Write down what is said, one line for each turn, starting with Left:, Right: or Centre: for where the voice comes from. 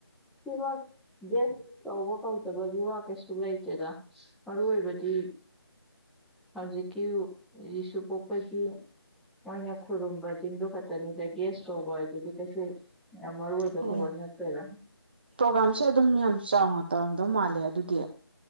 Centre: ꯄꯤꯃꯛ ꯒꯦꯁ ꯇꯧꯕ ꯀꯧꯗꯕꯒꯤ ꯋꯥ ꯀꯩꯁꯨ ꯂꯩꯇꯦꯗ ꯃꯔꯨ ꯑꯣꯏꯕꯗꯤ ꯍꯧꯖꯤꯛꯀꯤ ꯖꯤꯁꯨ ꯄꯣꯛꯄꯒꯤ ꯃꯣꯏꯅ ꯈꯨꯔꯨꯝꯕꯁꯤꯡꯗꯨ ꯈꯛꯇꯅꯤꯗ ꯒꯦꯁ ꯇꯧꯕ ꯍꯥꯏꯗꯨꯗꯤ ꯀꯩꯁꯨ ꯌꯥꯝ ꯃꯔꯨ ꯑꯣꯏ ꯐꯤꯄꯔꯋꯦꯜ
Right: ꯑꯣ
Centre: ꯅꯠꯇꯦꯗ
Right: ꯄ꯭ꯔꯣꯒꯥꯝꯁꯦ ꯑꯗꯨꯝ ꯌꯥꯝ ꯆꯥꯎꯅ ꯇꯧꯔꯝꯗꯧ ꯃꯥꯜꯂꯦ ꯑꯗꯨꯗꯤ